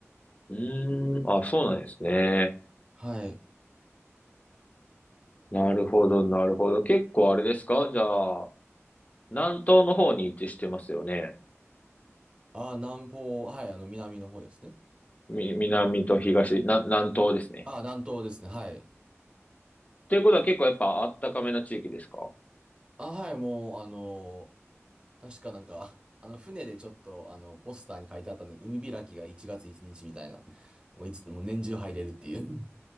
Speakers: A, on the left; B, on the right.
A: うーん、あ、そうなんですね。
B: はい。
A: なるほど、なるほど。結構あれですかじゃあ、南東の方に位置してますよね。
B: あ、南方、はい、あの、南の方ですね。
A: み、南と東、な、南東ですね。
B: あ、南東ですね。はい。
A: ということは結構やっぱあったかめな地域ですか
B: あ、はい、もう、あの確かなんか、あの、船でちょっと、あの、ポスターに書いてあったんで、海開きが1月1日みたいな、もういつ、もう年中入れるっていう